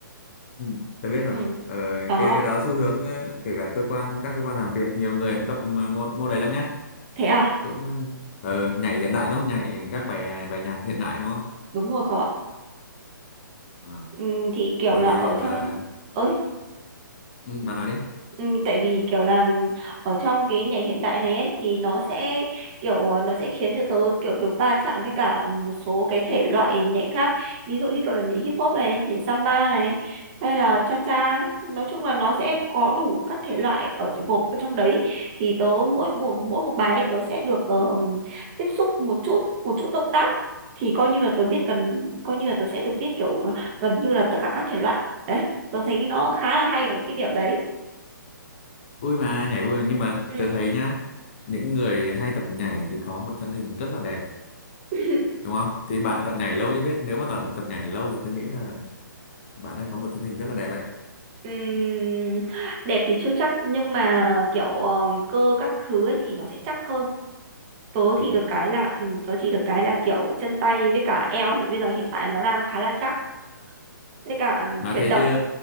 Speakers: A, on the left; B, on the right.
A: ừ, tớ biết rồi
B: ừ
A: ờ,
B: đó
A: cái cái đó xu hướng ờ, kể cả cơ quan các cơ quan làm việc nhiều người cũng tập mà môn môn đấy lắm nhá
B: thế à
A: cũng ờ, nhảy hiện đại đúng không nhảy các bài à, bài nhạc hiện đại đúng không
B: đúng rồi cậu ạ
A: Ờ,
B: ừ, thì kiểu
A: bởi
B: là
A: vì
B: ở
A: là
B: trong ơi
A: ừ, bạn nói đi
B: Ừ, tại vì kiểu là ở trong cái nhảy hiện đại này ấy thì nó sẽ kiểu ờ, nó sẽ khiến cho tớ kiểu được va chạm với cả một số cái thể loại nhảy khác ví dụ như kiểu là nhảy hip hop này nhảy samba này hay là cha cha nói chung là nó sẽ có đủ các thể loại ở trong- gộp ở trong đấy thì tớ mỗi một mỗi một bài ấy, tớ sẽ được ờ, ừm, tiếp xúc một chút một chút động tác thì coi như là tớ biết gần coi như là tớ sẽ được biết kiểu gần như là tất cả các thể loại đấy tớ thấy nó khá là hay ở cái điểm đấy
A: vui mà nhảy vui mà. nhưng mà
B: Ừ.
A: tớ thấy nhá những người hay tập nhảy thì có một thân hình rất là đẹp
B: <laughs>
A: đúng không thì bạn tập nhảy lâu chứ biết nếu mà bạn tập nhảy lâu thì tôi nghĩ là bạn đang có một thân hình rất là đẹp đấy
B: Ừm, đẹp thì chưa chắc nhưng mà kiểu ờm, cơ các thứ ấy thì nó sẽ chắc hơn tớ
A: ừ.
B: thì được cái là ừm, tớ thì được cái là kiểu chân tay với cả eo thì bây giờ hiện tại nó đang khá là chắc với cả ừm,
A: nói
B: chuyển
A: thế
B: động
A: chứ